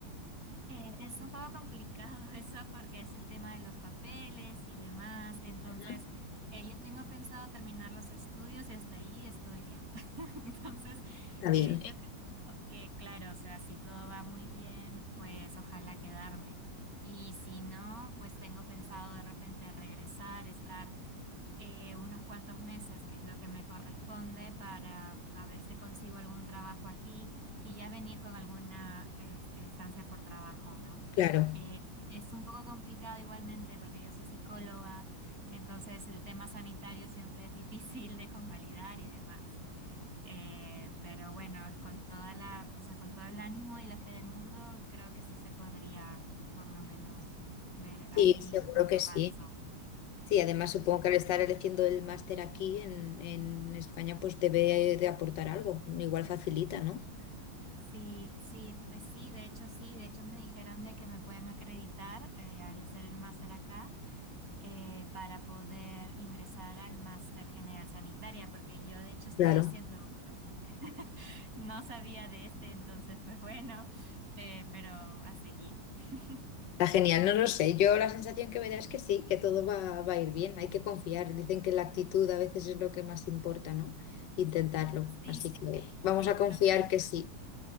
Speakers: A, on the right; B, on the left.
A: Eh, es un poco complicado <laughs> eso porque es el tema de los papeles y demás. Entonces,
B: Ujú.
A: eh, yo tengo pensado terminar los estudios y hasta ahí estoy bien. <laughs> Entonces,
B: Está
A: eh,
B: bien,
A: yo creo que, claro, o sea, si todo va muy bien, pues ojalá quedarme. Y si no, pues tengo pensado de repente regresar, estar eh, unos cuantos meses, que es lo que me corresponde, para a ver si consigo algún trabajo aquí y ya venir con alguna es- estancia por trabajo, ¿no?
B: claro.
A: Eh, es un poco complicado igualmente porque yo soy psicóloga, entonces el tema sanitario siempre es difícil de convalidar y demás. Eh, pero bueno, es con toda la, o sea, con todo el ánimo y la fe del mundo, creo que sí se podría por lo menos ver ahí
B: Sí, seguro
A: cómo
B: que sí.
A: avanzo.
B: Sí, además supongo que al estar eligiendo el máster aquí en, en España, pues debe de aportar algo. Igual facilita, ¿no?
A: Sí, sí, eh, sí, de hecho sí, de hecho me dijeron de que me pueden acreditar eh, al hacer el máster acá eh, para poder ingresar al máster general sanitaria, porque yo de hecho estoy
B: Claro.
A: haciendo otro. <laughs> No sabía de ese, entonces pues bueno, eh, pero a seguir. <laughs>
B: Está genial,
A: Y
B: no
A: sí,
B: lo sé. Yo la sensación que me da es que sí, que todo va, va a ir bien. Hay que confiar. Dicen que la actitud a veces es lo que más importa, ¿no? Intentarlo.
A: sí,
B: Así que vamos
A: sí,
B: a confiar
A: total.
B: que sí.